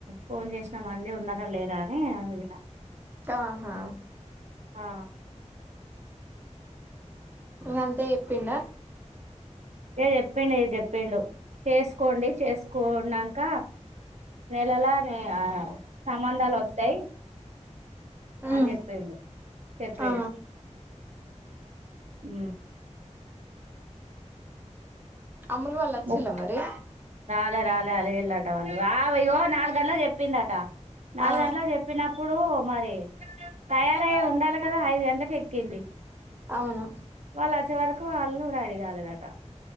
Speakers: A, on the right (about 65°); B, on the right (about 15°).
A: ఫోన్ చేసినా మళ్ళీ ఉన్నారా లేదా అని <unintelligible>
B: ఆహా
A: ఆ
B: ఇంకా అంతే చెప్పిండ
A: ఇ చెప్పిండి ఇ చెప్పిండు చేసుకోండి చేసుకున్నాక నెలల నీ ఆ సంబంధాలు వస్తాయి
B: ఉమ్
A: అని చె చెప్పేండి
B: ఆ
A: ఉ
B: అమ్ముల్ వాల్ వచ్చిల
A: ముప్
B: మరి
A: <unintelligible> రాలే అలిగ వెళ్ళట వాళ్ళు అయ్యో నాలుగు గంటలకు చెప్పిందట నాలుగు
B: ఆ
A: గంటలకు చెప్పినప్పుడు మరి తయారయ్ ఉండాలి కదా ఐదు గంటలకి ఎక్కింది
B: అవును
A: వాళ్ళు వచ్చే వరకు వాళ్ళు రడీ కాలేదట